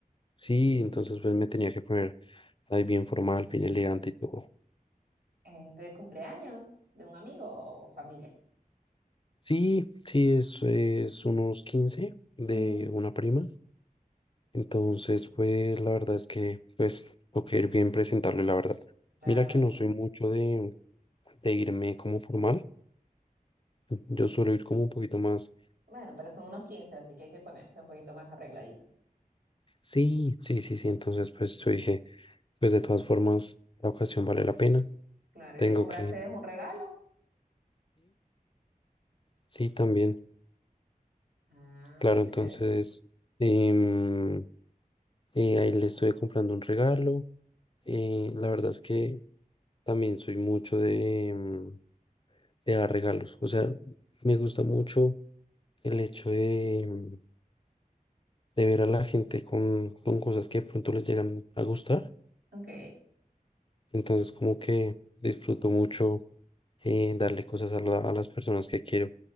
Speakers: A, on the left (about 35°); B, on the right (about 85°).
A: sí, entonces pues me tenía que poner ahí bien formal, bien elegante y todo.
B: Es de cumpleaños de un amigo o familia.
A: Sí, sí, es, es unos 15 de
B: Ujú.
A: una prima, entonces pues la verdad es que pues tengo que ir bien presentable, la verdad.
B: Claro,
A: Mira que
B: y
A: no soy mucho de, de irme como formal. Yo suelo ir como un poquito más.
B: bueno, pero son unos quince, así que hay que ponerse un poquito más arregladito.
A: Sí, sí, sí, sí. Entonces, pues yo dije, pues de todas formas, la ocasión vale la pena.
B: Claro,
A: Tengo
B: ¿y le compraste
A: que sí
B: un regalo?
A: sí, también.
B: Ah,
A: Claro,
B: qué
A: entonces,
B: le...
A: em, eh, ahí le estuve comprando un regalo. Eh, la verdad es que también soy mucho de, em, de dar regalos. O sea, me gusta mucho el hecho de, em, de ver a la gente con, con cosas que de pronto les llegan a gustar.
B: Ok.
A: Entonces, como que disfruto mucho eh, darle cosas a, la- a las personas que quiero. O